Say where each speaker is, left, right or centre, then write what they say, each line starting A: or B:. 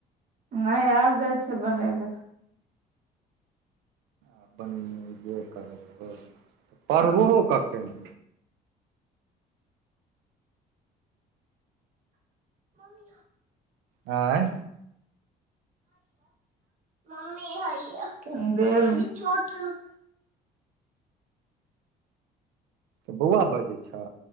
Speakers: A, on the right; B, on the right.
A: नहि आब जाइ छियै बनेबे
B: <unintelligible> बनबे करबहो तऽ पढ़बहो
A: हँ
B: कखैन।
A: मम्मी <unintelligible>
B: आँय
A: मामी हइया <unintelligible>
B: तऽ बौआ बजै छ